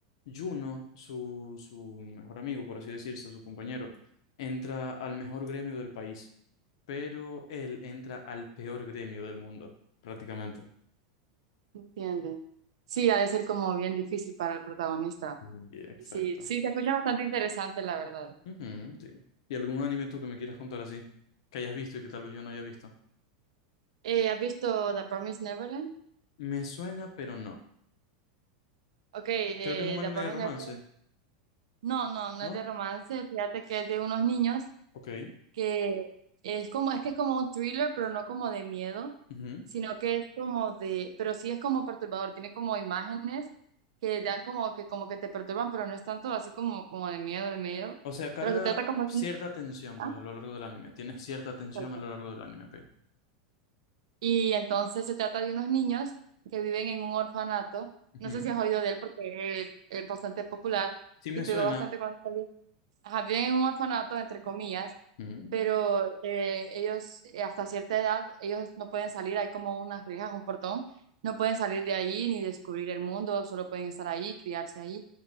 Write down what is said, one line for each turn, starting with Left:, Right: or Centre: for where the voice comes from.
Left: Juno su, su mejor amigo, por así decirse, su compañero, entra al mejor gremio del país pero él entra al peor gremio del mundo, prácticamente.
Right: entiende. Sí, ha de ser como bien difícil para el protagonista.
Left: Mm. Y exacto.
Right: Sí, sí, se escucha bastante interesante, la verdad.
Left: Ujú, sí. ¿Y algún anime tú que me quieras contar así? Que hayas visto y que tal vez yo no haya visto.
Right: Eh, ¿has visto The Promised Neverland?
Left: Me suena, pero no.
Right: Ok, eh,
Left: Creo que es un anime
Right: The Promised
Left: de romance,
Right: Neverland. No, no, no
Left: ¿no?
Right: es de romance. Fíjate que es de unos niños
Left: Ok.
Right: que es como, es que es como un thriller, pero no como de miedo,
Left: Ujú.
Right: sino que es como de, pero sí es como perturbador. Tiene como imágenes que dan como que, como que te perturban, pero no es tanto así como, como de miedo, de miedo.
Left: O sea, carga
Right: Pero se trata como
Left: cierta
Right: de...
Left: tensión,
Right: ah,
Left: pues, a lo largo del anime. Tienes cierta tensión
Right: ok.
Left: a lo largo del anime, ok.
Right: Y entonces se trata de unos niños que viven en un orfanato.
Left: Ujú.
Right: No sé si has oído de él porque es, es bastante popular
Left: Sí me
Right: y pegó
Left: suena.
Right: bastante cuando salió ajá, viven en un orfanato, entre comillas,
Left: Ujú.
Right: pero eh, ellos eh, hasta cierta edad, ellos no pueden salir, hay como unas rejas, un portón, no pueden salir de ahí ni descubrir el mundo, solo pueden estar ahí, criarse ahí.